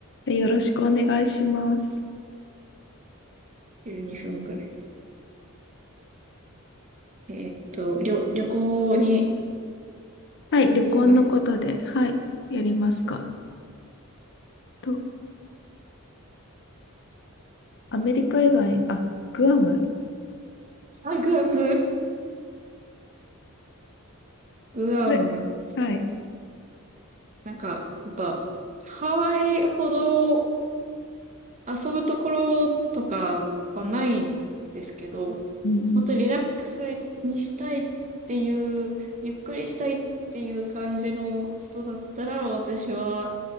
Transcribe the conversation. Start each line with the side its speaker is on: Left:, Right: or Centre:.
Left: よろしくお願いします。
Right: 12分ぐらい。えーっと、旅、旅行に
Left: はい、旅行のことで、
Right: します。
Left: はい、やりますか。と、アメリカ以外、あ、グアム、
Right: あ、グアム <laughs> グアム。
Left: それ、はい。
Right: なんか、やっぱ、ハワイほど遊ぶところとかはないんですけど、
Left: うんうん。
Right: 本当リラックスにしたいっていう、ゆっくりしたいっていう感じの人だったら、私は、